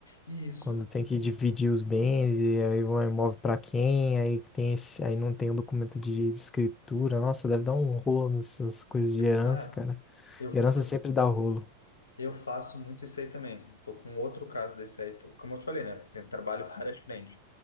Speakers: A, on the left (about 70°); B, on the left (about 20°).
A: Isso.
B: Quando tem que dividir os bens e aí vão imóvel pra quem, aí que tem esse, aí não tem o documento de, de escritura. Nossa, deve dar um rolo nessas coisas de
A: Cara,
B: herança, cara.
A: eu, fa-
B: Herança sempre dá rolo.
A: eu faço muito isso aí também. Tô com outro caso desse aí. Tô- Como eu te falei, né? Tem- Trabalho <laughs> várias frentes.